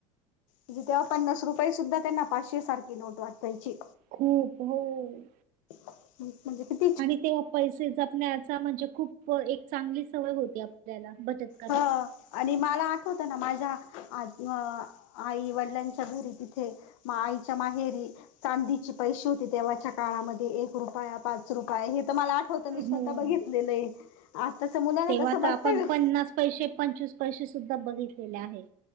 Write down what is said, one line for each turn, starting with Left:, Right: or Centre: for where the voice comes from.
Left: म्हजे तेव्हा पन्नास रुपये सुद्धा, त्यांना पाचशे सारखी नोट वाटायची.
Right: खूप, होऽ
Left: ह, म्हणजे कऽ
Right: आणि तेव्हा पैसे जपण्याचा,, म्हणजे खूप, एक चांगली सवय होती आपल्याला,, बचतऽ
Left: हं,, आणि मला आठवतं ना माझ्या आऽ आई वडिलांच्या घरी तिथे,, आईच्या माहेरीऽ चांदीचे पैसे होते तेव्हाच्या काळामध्ये,,, एक रुपया, पाच रुपये हे तर मलाऽ होतं, मी
Right: हो.
Left: स्वतः बघितलेलंय, आताच मुलांना
Right: तेव्हा
Left: तसं
Right: तर आपण
Left: बघतय काऽ
Right: पैसे, पंचवीस पैसे सुद्धा बघितलेले आहे.